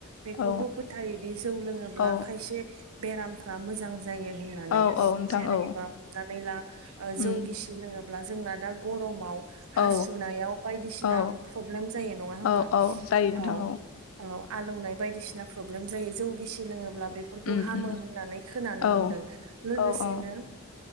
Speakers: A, on the right; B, on the left.
A: बेखौबो
B: औ
A: फोथायोदि जौ लोङोब्ला
B: औ
A: खायसे बेरामफ्रा मोजां जायो होननानै
B: औ औ नोंथां
A: जेरैबा
B: औ
A: हमनानै ला
B: उम
A: जौगिसि लोङ होनोब्ला जोंना दा गरमाव
B: औ
A: हासुनायाव बायदिसिना
B: औ
A: प्रब्लेम जायो नङा हमबा
B: औ औ जायो नोंथां
A: औ औ आलौनाय बायदिसिना प्रब्लेम जायो जौ गिसि लोङोब्ला बेफोरखौ
B: उम
A: हामो
B: उम
A: होननानै खोनानो
B: औ
A: मोनदों लोगोसे
B: औ औ
A: बिदिनो